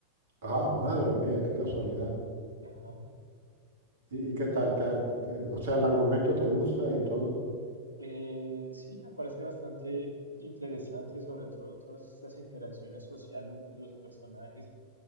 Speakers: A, on the right (about 65°); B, on the left (about 85°).
A: Ah, madre mía, qué casualidad.
B: Ajá.
A: ¿Y, y qué tal? ¿Te ha- te- te- o sea, el argumento te gusta y todo.
B: Eh, sí, me parece bastante interesante, sobre todo todas estas interacciones sociales entre los personajes,